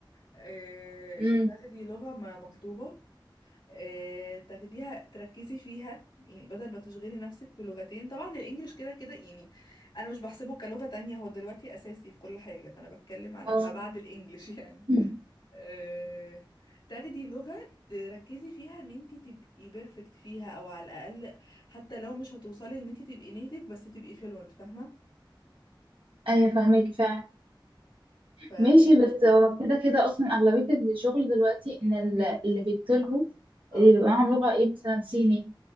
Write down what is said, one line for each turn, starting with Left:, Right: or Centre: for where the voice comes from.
Left: آه،
Right: امم
Left: تاخدي لغه ما مطلوبه آه، تاخديها تركزي فيها يعني بدل ما تشغلي نفسك في لغتين طبعا الانجليش كده كده يعني انا مش بحسبه كلغة تانية هو دلوقتي اساسي في كل حاجة فانا بتكلم على
Right: اه
Left: ما بعد الانجليش <laughs> يعني
Right: مم.
Left: آه، تاخدي لغة تركزي فيها ان انت تبقي بيرفكت فيها او على الاقل حتى لو مش هتوصلي ان انت تبقي نيتيف بس تبقي فلوينت فاهمة
Right: ايوه فاهمك فعلا
Left: ف
Right: ماشي بس هو كده كده اصلا اغلبيه الشغل دلوقتي ان ال- اللي بيطلبوا
Left: اه
Right: اللي بيبقى معاهم لغه ايه مثلا صيني